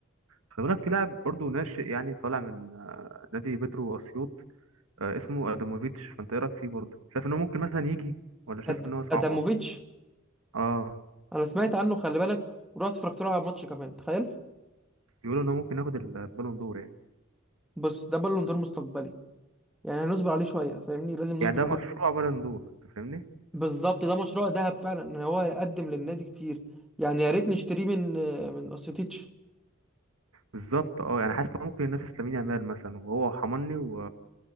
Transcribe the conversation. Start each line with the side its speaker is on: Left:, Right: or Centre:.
Right: خلي بالك في لاعب برضه ناشئ يعني طالع من آه، نادي بيترو اسيوط آه، اسمه ادموفيتش فانت ايه رايك فيه برضه شايف ان هو ممكن مثلا يجي ولا شايف
Centre: أد-
Right: ان هو صعبه
Centre: اداموفيتش
Right: اه
Centre: انا سمعت عنه خلي بالك ورحت اتفرجت له على ماتش كمان تخيل
Right: بيقولوا ان هو ممكن ياخد البالون دور يعني
Centre: بص ده بالون دور مستقبلي يعني هنصبر عليه شويه فاهمني لازم نصبر
Right: يعني ده مشروع
Centre: عليه
Right: بالون دور انت فاهمني
Centre: بالظبط ده مشروع ذهب فعلا ان هو هيقدم للنادي كتير يعني يا ريت نشتريه من من اوسيتيتش
Right: بالظبط اه يعني حاسس ان هو ممكن ينافس لامين يامال مثلا وهو حماني و...